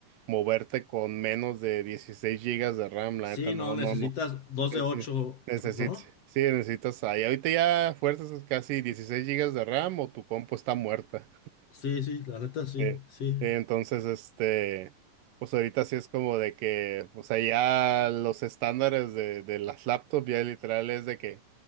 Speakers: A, on the right; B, on the left.
A: moverte con menos de 16 gigas de RAM, la
B: Sí,
A: neta, no,
B: no, necesitas
A: no, no.
B: dos
A: Nece-
B: de ocho,
A: Necesitas,
B: ¿no?
A: sí, necesitas ahí. Ahorita ya fuerzas casi 16 gigas de RAM o tu compu está muerta.
B: Sí, sí, la neta sí,
A: Eh,
B: sí.
A: eh, entonces, este, pues ahorita sí es como de que, o sea, ya los estándares de, de las laptops ya literal es de que